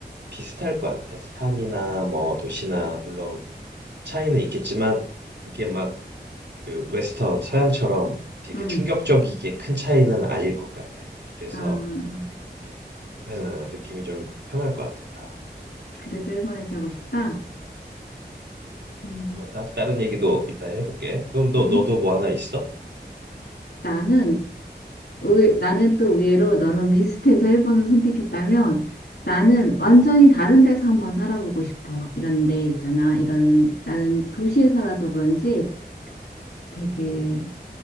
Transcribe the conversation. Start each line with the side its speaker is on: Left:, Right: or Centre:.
Right: 비슷할 것 같아. 산이나 뭐 도시나, 물론 차이는 있겠지만, 그게 막그 웨스턴, 서양처럼 되게
Left: 음.
Right: 충격적이게 큰 차이는 아닐 것 같아. 그래서,
Left: 아,
Right: 음, 음, 느낌이 좀 편할 것 같아, 나.
Left: 그래서 일본에 살고 싶다?
Right: 음,
Left: 음,
Right: 뭐, 따, 다른 얘기도 이따 해볼게. 그럼 너,
Left: 음.
Right: 너도 뭐 하나 있어?
Left: 나는, 의, 나는
Right: 음,
Left: 또 의외로 너는 비슷해서 일본을 선택했다면 나는 완전히
Right: 음,
Left: 다른 데서 한번 살아보고 싶어. 이런 데 있잖아. 이런, 나는 도시에 살아서 그런지 되게
Right: 음.